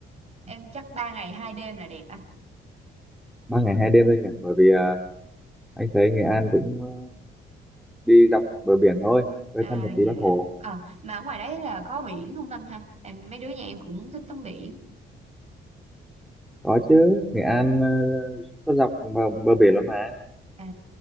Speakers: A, on the right; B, in the centre.
A: Em chắc 3 ngày 2 đêm là đẹp anh.
B: Ba ngày hai đêm thôi nhỉ? Bởi vì ờ, anh thấy Nghệ An cũng ờ, đi dọc bờ biển thôi, với
A: À
B: thăm một tí
A: dạ.
B: Bắc Hồ.
A: Ờ mà ở ngoài đấy là có biển không Linh ha? Em mấy đứa nhà em cũng thích tắm biển.
B: Có chứ, Nghệ An ờ, có dọc bờ, bờ biển luôn mà.
A: À